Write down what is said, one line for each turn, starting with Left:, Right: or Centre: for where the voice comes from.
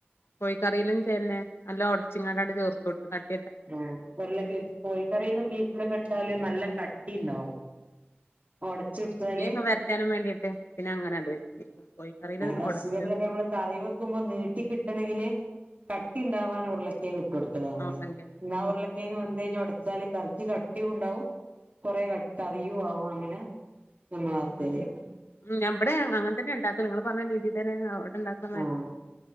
Left: കോഴിക്കറിയിലും ചിന്നെ എല്ലാം ഉടച്ചിങ്ങാടാട് ചേർത്തോട്ട് ക
Right: ആ ഉരുളകിഴ കോഴിക്കറിയിലും ബീഫിലക്കെ ഇട്ടാല് നല്ല കട്ടി ഇണ്ടാവും ഉടച്ചെട്ത്താല്
Left: <unintelligible> വേണ്ടിട്ട് പിന്നെ അങ്ങനെണ്ട് കോഴിക്കറിൽ
Right: ഇറച്ചിക്കറിലൊക്കെ
Left: ഒടച്ച് ചേർ
Right: നമ്മള് കറി വെക്കുമ്പോ നീട്ടി കിട്ടണെങ്കില് കട്ടി ഉണ്ടാവാൻ ഉരുളക്കിയങ്ങ് ഇട്ട് കൊടുക്കല ഞമ്മള്
Left: ഉരുളൻകിഴങ്ങൊക്കെ
Right: എന്നാ ഉരുള
Left: ഉം
Right: കിയങ്ങ് വെന്ത് കഴിഞ്ഞാ വച്ചാല് കറിക്ക് കട്ടി ഉണ്ടാവും കൊറേ ക കറിയും ആവും അങ്ങനെ നമ്മളാക്കല്
Left: ഉം ഉം ഞമ്മടെ അങ്ങൻ തന്നെ ണ്ടാക്കല് ങ്ങൾ പറഞ്ഞ രീതി തന്നെ ഉണ്ടാക്കണ മാതിരി
Right: ആഹ
Left: തന്നെ